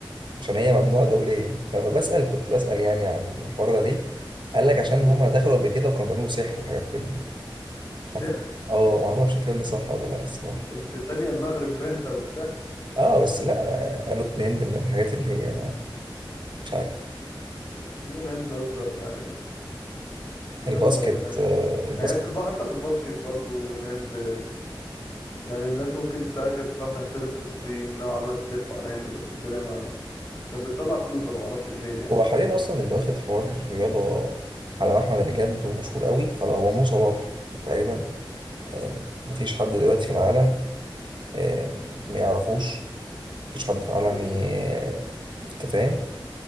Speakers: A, on the right (about 60°); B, on the left (about 25°).
A: عشان هي ممنوعة دوليا فبسأل كنت بسأل يعني عن الحوار ده ليه قال لك عشان
B: مم.
A: هما دخلوا قبل كده وكانوا بيعملوا سحر وحاجات كده
B: السحر
A: مش عارف اه ما اعرفش الكلام ده صح ولا لا الصراحة
B: أنت مش التانية المغرب باين بتاعت السحر
A: اه بس لا ما- قالوا ان الهند من الحاجات اللي هي مش عارف
B: هي الهند أصلا يعني يلا
A: الباسكت
B: بقى يعني
A: آه، الباسكت
B: هي في البحر حتى في الباسكت برضو الهند يعني الناس ممكن ساعة كانت بتروح تحترف في الصين نوعا ما تلف على الهند بس الدنيا ما كانت بتطلع فلوس أنا معرفش منين يعني
A: هو حاليا اصلا اللي واخد حوار رياضة على محمل الجد ومشهور قوي خلاص هو مو صلاح تقريبا آم، مفيش حد دلوقتي في العالم آم، ما يعرفوش مفيش حد في العالم
B: مم.
A: ي- انت فاهم